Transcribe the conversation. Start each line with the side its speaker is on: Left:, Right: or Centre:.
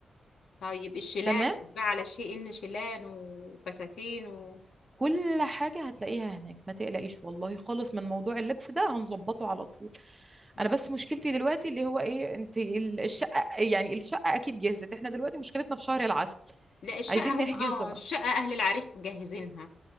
Left: طيب الشيلان
Right: تمام
Left: بتباع على شيء ان شيلان وفساتين و...
Right: كل حاجة هتلاقيها هناك ما تقلقيش والله خالص من موضوع اللبس ده هنظبطه على طول
Left: مم.
Right: انا بس مشكلتي دلوقتي اللي هو ايه انت ال- الشقة يعني الشقة اكيد جهزت احنا دلوقتي مشكلتنا في شهر العسل
Left: لا الشقة
Right: عايزين نحجز
Left: هم اه
Right: له بقى
Left: الشقة اهل العريس مجهزينها